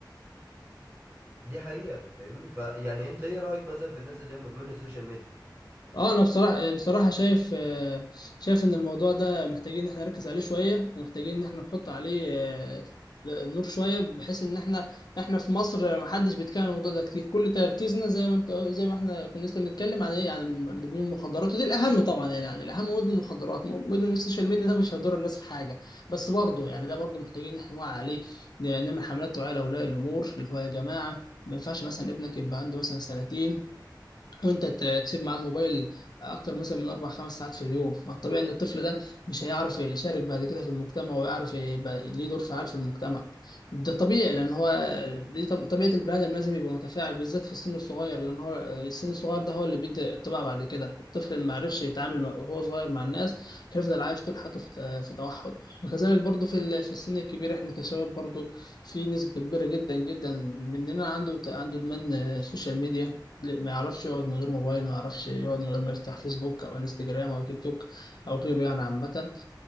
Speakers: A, on the right; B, on the left.
A: دي حقيقة فاهمني فيعني انت ايه رأيك مثلا في الناس اللي هي مدمنة السوشيال ميديا
B: اه انا بصراحه بصراحه شايف آه، شايف ان الموضوع ده محتاجين ان احنا نركز عليه شويه ومحتاجين ان احنا نحط عليه آه، النور شويه بحيث ان احنا احنا في مصر محدش بيتكلم عن الموضوع ده كتير كل تركيزنا زي ما انت زي ما احنا كنا لسه بنتكلم عن ايه عن مدمن المخدرات ودي الاهم طبعا يعني يعني الاهم مدمن المخدرات مدمن السوشيال ميديا ده مش هيضر الناس في حاجه بس برضه يعني ده برضه محتاجين ان احنا نوعي عليه ن- نعمل حملات توعيه لاولياء الامور اللي هو يا جماعه ما ينفعش مثلا ابنك يبقى عنده مثلا سنتين وانت ت- تسيب معاه الموبايل اكتر مثلا من اربع خمس ساعات في اليوم ما الطبيعي ان الطفل ده مش هيعرف يشارك بعد كده في المجتمع ويعرف يبقى ليه دور فعال في المجتمع ده طبيعي لان هو دي طب- طبيعه البني ادم لازم يبقى متفاعل بالذات في السن الصغير لان هو السن الصغير ده هو اللي بيدي الطبع بعد كده الطفل اللي ما عرفش يتعامل مع- وهو صغير مع الناس هيفضل عايش طول حياته في في توحد وكذلك برضو في ال- في السن الكبير احنا كشباب برضو في نسبه كبيره جدا جدا مننا عنده عنده ادمان سوشيال ميديا ما يعرفش يقعد من غير موبايل ما يعرفش يقعد من غير ما يفتح فيسبوك او انستجرام او تيك توك او غيره يعني عامة